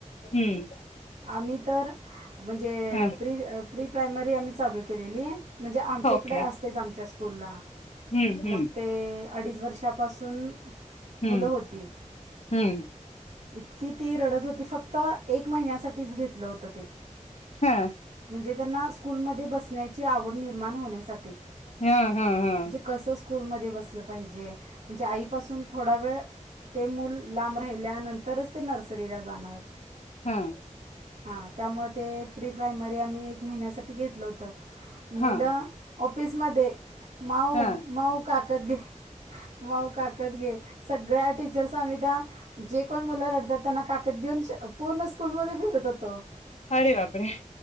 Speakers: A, on the left; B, on the right.
A: हम्म
B: आम्ही तर म्हणजे
A: हा
B: प्री प्रायमरी ते आम्ही चालू केलेली. म्हणजे आमच्या
A: ओके
B: इकड असतेच आमच्या उरला
A: हम्म
B: मग
A: हम्म
B: ते अडीच वर्षापासून
A: हूं
B: मुलं होती
A: हूं
B: इतकी ती रडत होती फक्त एक महिन्यासाठीच घेतल होत. ते
A: हा
B: म्हणजे त्यांना स्कूलमध्ये बसण्याची आवड निर्माण होण्यासाठी
A: हम् हम्म हम्
B: कसं स्कूलमध्ये बसलं पाहिजे म्हणजे आईपासून थोडा वेळ ते मूल लांब राहिल्यानंतरच ते नर्सरीला जाणार
A: हम्म
B: हा त्यामुळं ते प्री प्रायमरी आम्ही एक महिन्यासाठी घेतलं होतं मुलं??
A: हा
B: ऑफिसमध्ये माऊ
A: हा
B: माऊ काट काकत घे माऊ काकत सघे सगळ्या टीचर सांगित्या जे कोण मुलं रडतात त्यांना काकत घेऊन पूर्ण स्कूलमध्ये फिरत होतो..
A: अरे बापरेह